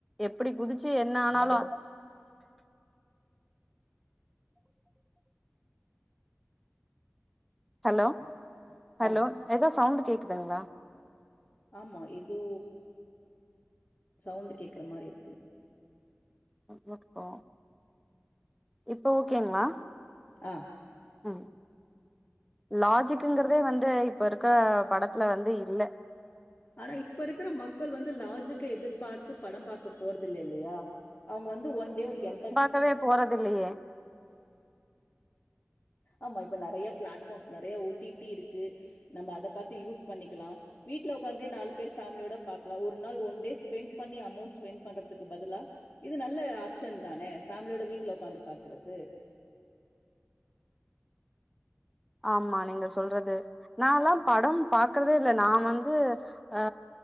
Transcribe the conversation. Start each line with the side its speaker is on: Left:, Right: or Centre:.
Centre: எப்டி குதிச்சு என்ன ஆனாலு ஹலோ ஹலோ
Left: ஆ
Centre: ஏதோ சவுண்டு கேக்குதுங்களா
Left: ஆமா ஏதோ சவுண்ட் கேக்கற மாரி இருக்கு
Centre: ட்டுக்கோ இப்ப ஓகேங்களா
Left: ஆ
Centre: ஆ லாஜிக்குங்கிறதே வந்து இப்ப இருக்க படத்துல வந்து இல்ல
Left: ஆனா இப்ப இருக்குற மக்கள் வந்து லாஜிக்கை எதிர்பார்த்து படம் பாக்க போறது இல்ல இல்லையா அவங்க வந்து ஒன் டே ஒரு என்டர்
Centre: பக்கவே போறதில்லையே
Left: ஆமா இப்ப நெறைய பிளாட்பார்ம்ஸ் நெறைய ஓ டி டி இருக்கு நம்ம அத பாத்து யூஸ் பண்ணிக்கலா வீட்ல உக்காந்தே நாலு பேர் பேமலியோட பாக்கலா ஒரு நாள் ஒன் டே ஸ்பெண்ட் பண்ணி அமௌண்ட் ஸ்பென்ட் பண்றதுக்கு பதிலா இது நல்ல ஆப்ஷன் தானே ஃபேமிலியோட வீட்ல உக்காந்து பாக்குறது
Centre: ஆமா நீங்க சொல்றது நாளா பட பாக்குறதே இல்ல நா வந்து ஆ